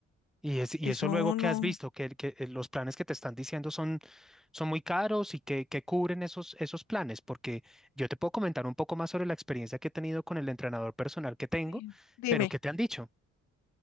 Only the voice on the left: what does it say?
Eso
no.
Sí. Dime,